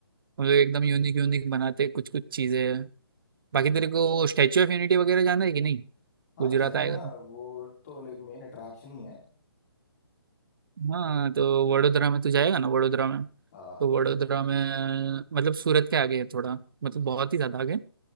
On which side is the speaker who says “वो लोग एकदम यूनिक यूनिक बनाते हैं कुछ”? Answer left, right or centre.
Right